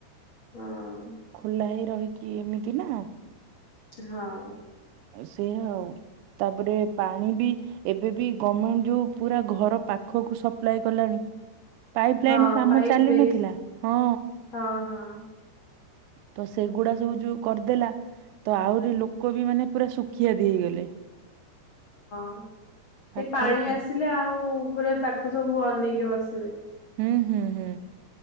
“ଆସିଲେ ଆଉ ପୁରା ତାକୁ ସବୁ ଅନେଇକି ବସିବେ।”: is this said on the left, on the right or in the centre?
Left